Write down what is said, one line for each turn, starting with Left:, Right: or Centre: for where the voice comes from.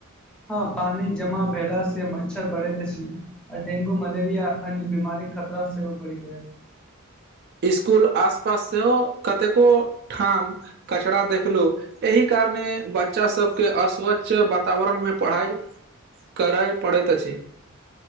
Centre: हँ पानि जमा भेला से मच्छर बढ़े तऽ अछि। आ डेंगू, मलेरिया अन्य बीमारी खतरा सेहो बढ़ी गेल छै।
Right: स्कुल आस पास सेहो कतेको ठाम कचरा देखलु एहि कारणे बच्चा सभके अस्वच्छ वातावरण मे पढ़ाई करय पड़ैत अछि